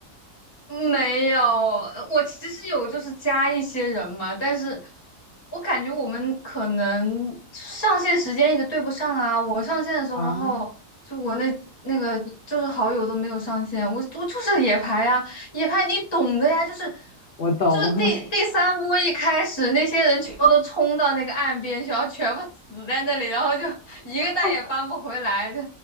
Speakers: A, on the left; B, on the left.
A: 没有，呃我其实有就是加一些人嘛，但是我感觉我们可能上线时间一直对不上啊。我上线的时候，
B: 啊？
A: 然后就我那那个就是好友都没有上线，我我就是野排呀、野排你懂的呀，就是
B: 我懂，
A: 就是第第三波一开始，那些人全部都冲到那个岸边去，然后全部死在那里，然后就 <laughs> 一个蛋也搬不回来，
B: <laughs>
A: 就